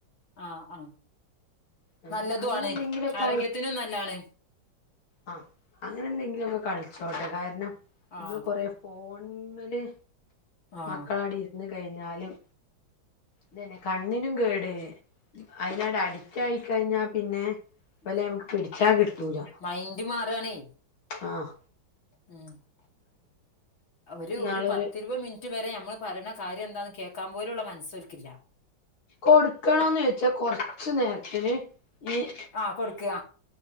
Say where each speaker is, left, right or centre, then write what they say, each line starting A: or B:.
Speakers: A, on the left (about 70°); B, on the left (about 85°).
A: ആഹ് ആഹ്
B: ഏ
A: നല്ലതും
B: അങ്ങനെ
A: ആണ്
B: എന്തെങ്കിലുമൊക്കെ
A: ആരോഗ്യത്തിനും നല്ലാണ്
B: ആഹ് അങ്ങനെ എന്തെങ്കിലുമൊക്കെ കളിച്ചോട്ടെ കാരണം നമ്മെള്
A: ആഹ്
B: കൊറെ ഫോണിൻ മേല്
A: ആഹ്
B: മക്കള ആടെ ഇരു ഇത് കഴിഞ്ഞാലും ഇതന്നെ കണ്ണിനും കേട് അതിനൊട് അഡി ക്റ്റായി കഴിഞ്ഞാപ്പിന്നെ ഇവലെ നമുക്ക് പിടിച്ചാ കിട്ടൂല
A: മൈൻഡ് മാറുകാണേ
B: ആഹ്
A: ഉം ഒരു
B: നാളൊരു
A: ഒരു പത്തിരുപത് മിനിറ്റ് വരെ നമ്മള് പറയണ കാര്യം എന്താന്ന് കേക്കാൻ പോലുള്ള മനസ്സ് ഓൽക്കില്ല.
B: കൊടുക്കണോന്ന് ചോയ്ച്ചാ കൊറച്ച് നേരത്തിന് ഏഹ്
A: ആഹ് കൊടുക്കുക